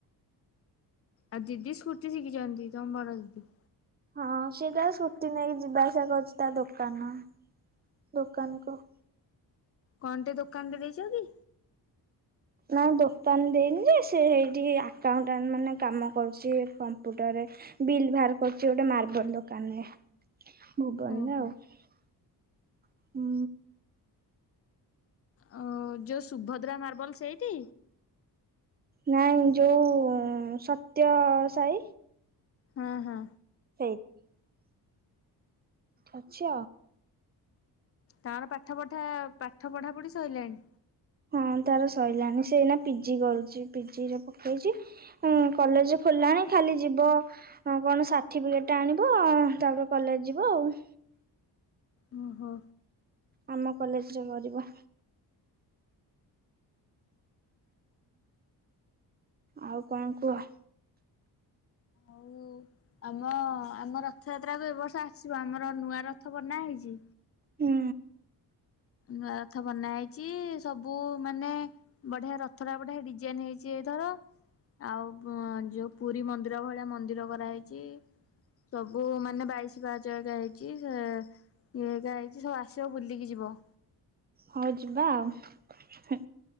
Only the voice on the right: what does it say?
ହଁ ସିଏ ଟା ଛୁଟି ନେଇକି ଯିବା ଆସିବା କରୁଛି ତା ଦୋକାନ। ଦୋକାନକୁ।
ନାଇଁ ଦୋକାନ ଦେଇନି ଯେ ସେ ହେଇଠି ଆକାଉଟାଣ୍ଟ ମାନେ କାମ କରୁଛି। କମ୍ପୁଟର ବିଲ୍ ବାହାର କରୁଛି ଗୋଟେ ମାର୍ବଲ ଦୋକାନ ରେ। ଭୁବନରେ
ଆଉ ହୁଁ।
ନାଇଁ ଯୋଉ ସତ୍ୟ ସାଇ।
<inaudible> ଅଛ।
ହଁ ତାର ସଇଲାଣି ସେ ଏଇନା ପିଜି କରୁଛି ପିଜିରେ ପକେଇଛି ହ କଲେଜ ଖୋଲା ଣ ଖାଲି ଯିବ କଣ ସାର୍ଟିଫିକେଟ ଟା ଆଣିବ ତାପରେ କଲେଜ ଯିବ ଆଉ।
ଆମ କଲେଜରେ କରିବ। ଆଉ କଣ କୁହ।?
ହୁଁ।
ହଉ ଯିବା ଆଉ। ହୁ